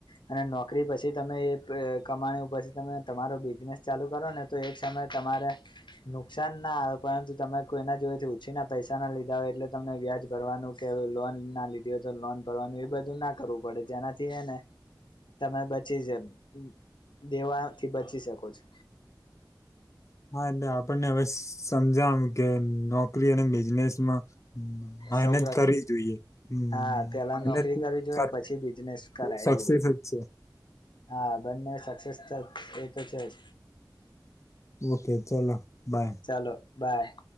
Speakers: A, on the left; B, on the left.
A: અને નોકરી પછી તમે એ, <unintelligible> કમાણી પછી તમે તમારો બિઝનેસ ચાલુ કરો ને તો એક સમય <inaudible> નુકસાન ના આવે પરંતુ તમે કોઈના જોડેથી ઉછીના પૈસા ના લીધા હોય એટલે તમને વ્યાજ ભરવાનું કે અ, લોન ના લીધી હોય તો લોન ભરવાનું એ બધું ના કરવું પડે જેનાથી એ ને તમે <unintelligible> <unintelligible> ઉઉ દેવાથી બચી શકો છો.
B: હા એટલે આપણને હવે સસસમજાણુ કે નોકરી અને બિઝનેસમાં
A: સૌ
B: મહેનત કરવી જોઈએ હનનન
A: હા પેલા નોકરી કરવી જોઈએ પછી
B: <unintelligible>
A: બિઝનેસ કરાય
B: સકસેસ
A: એવું
B: અચ્
A: હા બંને સક્સેસ થત્, એ તો છે જ.
B: ઓકે ચલો, બાય.
A: ચાલો બાય.